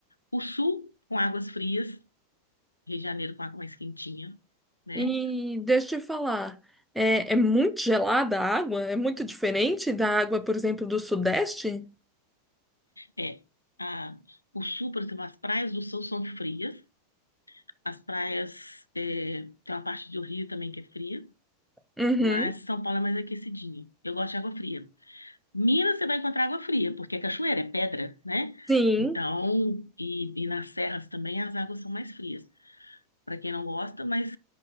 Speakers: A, on the left (about 80°); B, in the centre.
A: O sul, com águas frias, Rio de Janeiro com água mais quentinha, né?
B: E deixa eu te falar, é, é muito gelada a água? É muito diferente da água, por exemplo, do Sudeste?
A: É, a, o sul, por exemplo, as praias do sul são frias. As praias, é, tem uma parte do Rio também que é fria,
B: Uhum.
A: mas São Paulo é mais aquecidinho. Eu gosto de água fria. Minas você vai encontrar água fria, porque é cachoeira, é pedra, né?
B: Sim,
A: Então, e, e nas serras também as águas são mais frias, para quem não gosta, mas